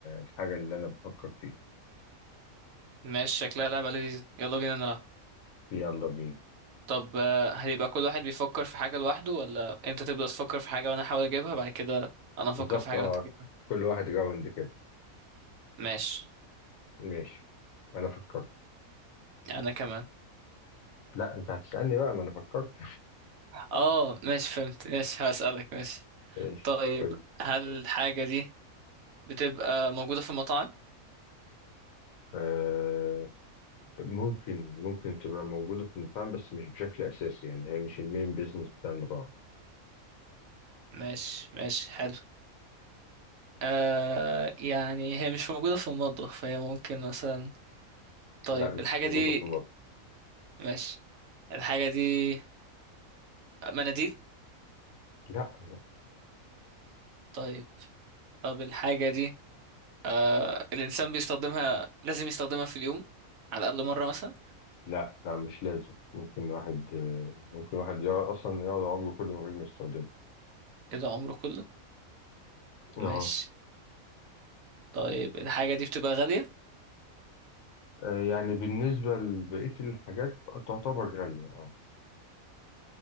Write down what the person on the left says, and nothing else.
الحاجة اللي انا بفكر فيها
يلا بينا
بالظبط
اه
كل واحد راوند كده
ماشي انا فكرت
لا انت هتسألني بقى ما انا فكرت
<laughs> ماشي
قول
آه، ممكن ممكن تبقى موجودة في المطاعم بس مش بشكل أساسي يعني هي مش المين بيزنس بتاع المطاعم
لا مش
موجودة
في المطاعم
لا لا
لا لا مش لازم ممكن واحد ممكن واحد يقعد أصلا يقعد عمره كله من غير ما يستخدمها
اه
آه، يعني بالنسبة لبقية الحاجات تعتبر غالية اه